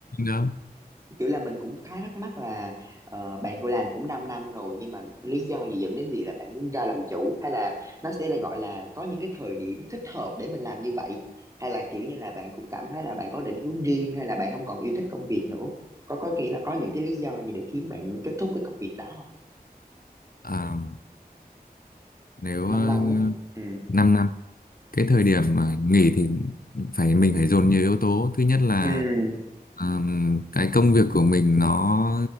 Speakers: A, on the left; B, on the right.
A: đâu
B: kiểu là mình cũng khá thắc mắc là ờ, bạn cô làm cũng 5 năm năm rồi nhưng mà lý do gì dẫn đến việc là bạn muốn ra làm chủ hay là nó sẽ là gọi là có những cái thời điểm thích hợp để mình làm như vậy hay là kiểu như là bạn cũng cảm thấy là bạn có định hướng riêng hay là bạn không còn yêu thích công việc nữa có có nghĩa là có những cái lý do gì để khiến bạn kết thúc cái công việc đó không
A: à, nếu uh,
B: 5
A: 5
B: năm năm ấy ừ
A: năm năm, cái
B: ừ
A: thời điểm à, nghỉ thì phải mình phải dồn nhiều yếu tố thứ nhất là
B: ừ
A: ờm, cái công việc của mình nó